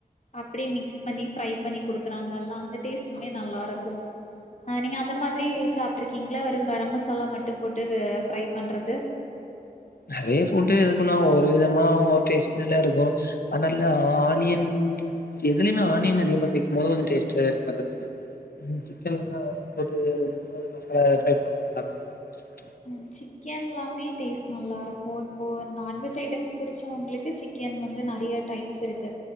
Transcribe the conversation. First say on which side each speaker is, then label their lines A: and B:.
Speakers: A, on the left; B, on the left.
A: அப்டியே மிக்ஸ் பண்ணி ஃப்ரை பண்ணி குடுக்குறாங்கல்லா அந்த டேஸ்டுமே நல்லாருக்கு ஆ நீங்க அந்த மாதிரி சாப்ட்ருக்கிங்ளா வெறு கரம் மசாலா மட்டு போட்டு ஃப்ரை பண்றது
B: நறைய ஃபுட்டு இது பண்ணுவாங் ஒரு விதமா ஒரு டேஸ்ட் மேல இருக்கு அதனால ஆனியன் எதுலயுமே ஆனியன் அதிகமா சேக்கும் போது கொஞ்ச டேஸ்ட்டு அது ருசியா சிக்கன் எல்லா ஆயில் போட்டு இந்த மாரி மசாலா ட்ரை பண்ணும்போது நல்லாதா இரு
A: ம் சிக்கன்லாமே டேஸ்ட் நல்லாருக்கு இப்போ நான்வெஜ் ஐட்டம்ஸ் புடிச்சவங்ளுக்கு சிக்கன் வந்து நறைய டைப்ஸ் இருக்கு